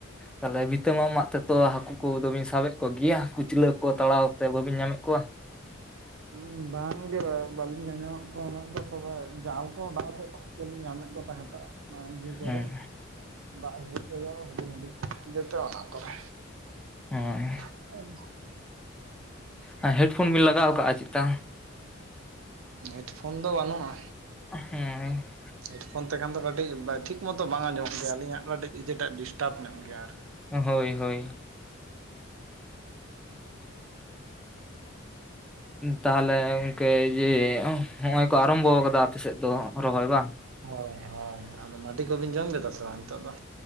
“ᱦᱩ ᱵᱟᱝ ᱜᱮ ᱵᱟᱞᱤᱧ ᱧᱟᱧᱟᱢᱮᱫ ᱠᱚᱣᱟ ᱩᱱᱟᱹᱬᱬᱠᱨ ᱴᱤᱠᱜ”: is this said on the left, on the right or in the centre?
Right